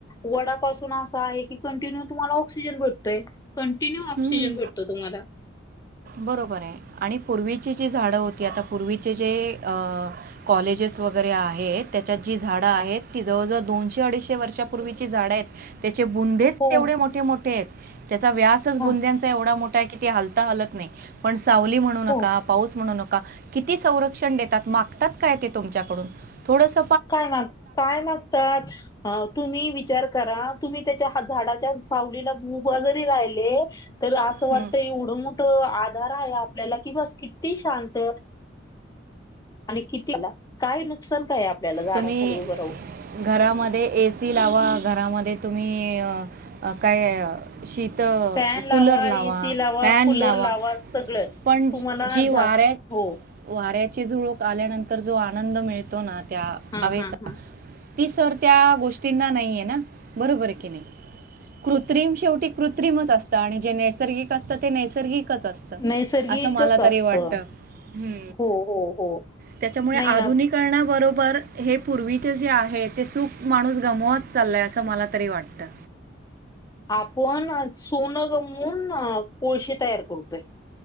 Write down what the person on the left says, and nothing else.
वडापासून असं आहे की कंटिन्यू तुम्हाला ऑक्सिजन भेटतोय. कंटिन्यू ऑक्सिजन
भेटतो तुम्हाला
हो
हा
हो
काय माग काय मागतात? हा तुम्ही विचार करा तुम्ही त्याच्या झाडाच्या सावलीला ऊभ जरी राहिले तर असं वाटत
एवढं मोठं आधार आहे आपल्याला की बस किती शांत आणि कितीला काय नुकसान काय आपल्याला झाडांखाली
उभं राहून
फॅन
एसी लावा
कूलर
सगळं
तुम्हाला
झाड
हो.
हम्म
हम ह
नैसर्गिकच
असतं
हो हो हो
नाही ना
आपण सोनं गमवून कोळशे तयार करतोय.